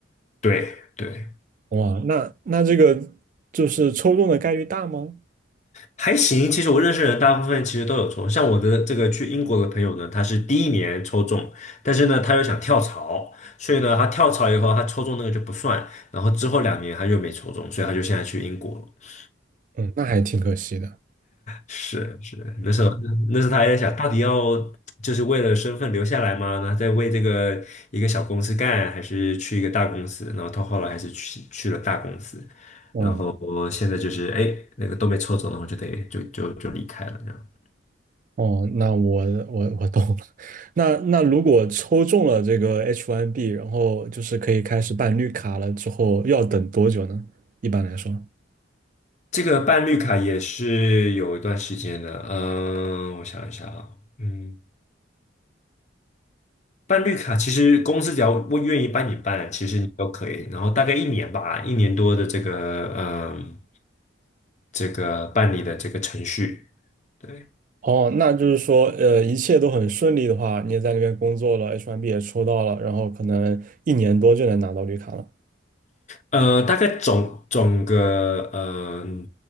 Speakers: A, on the left; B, on the right.
A: 对对。
B: 哇，那那这个就是抽中的概率大吗？
A: 还行，其实我认识人大部分其实都有抽，像我的这个去英国的朋友呢，他是第一年抽中，但是呢，他又想跳槽，所以呢，他跳槽以后，他抽中那个就不算，然后之后两年他又没抽中，所以他就现在去英国了。
B: 嗯，那还挺可惜的。
A: 是是，那时候那时候他还在想，到底要就是为了身份留下来吗？那在为这个一个小公司干，还是去一个大公司？然后他后来还是去去了大公司，
B: 哦。
A: 然后现在就是哎，那个都没抽中，然后就得就就就离开了这样。
B: 哦，那我我我懂了。<laughs> 那那如果抽中了这个 H1B，然后就是可以开始办绿卡了之后，要等多久呢？一般来说，
A: 这个办绿卡也是有一段时间的，嗯，我想一下啊，嗯，办绿卡其实公司只要我愿意帮你办，其实你都可以，然后大概一年吧，一年多的这个，嗯，这个办理的这个程序，对。
B: 哦，那就是说，呃，一切都很顺利的话，你也在那边工作了，H1B 也抽到了，然后可能一年多就能拿到绿卡了。
A: 呃，大概总总个呃，